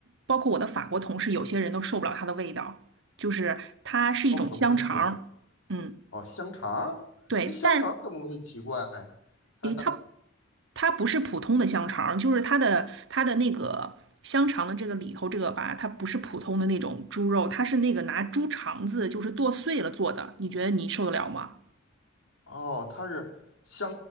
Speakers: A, on the right; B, on the left.
A: 包括我的法国同事，有些人都受不了它的味道，就是它是一种香肠儿嗯，
B: 都什么东西？哦，香肠儿？
A: 对，
B: 哎，香肠儿怎么会奇怪？
A: 但是
B: <laughs>
A: 诶，它它不是普通的香肠儿就是它的它的那个香肠的这个里头这个吧，它不是普通的那种猪肉，它是那个拿猪肠子就是剁碎了做的，你觉得你受得了吗？
B: 哦，它是香